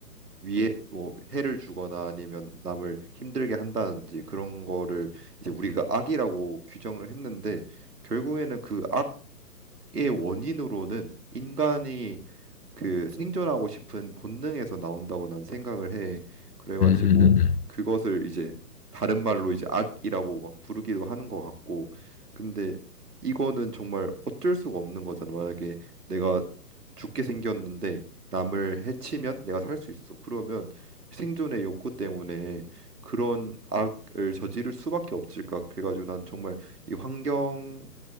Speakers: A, on the right; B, on the left.
A: 위해 뭐 해를 주거나 아니면 남을 힘들게 한다든지 그런 거를 이제 우리가 악이라고 규정을 했는데 결국에는 그 악의 원인으로는 인간이 그 생존하고 싶은 본능에서 나온다고 난 생각을 해. 그래가지고
B: 음, 음, 음.
A: 그것을 이제 다른 말로 이제 악이라고 막 부르기도 하는 것 같고. 근데 이거는 정말 어쩔 수가 없는 거잖아. 만약에 내가 죽게 생겼는데 남을 해치면 내가 살 수 있어. 그러면 생존의 욕구 때문에 그런 악을 저지를 수밖에 없을까. 그래가지고 난 정말 이 환경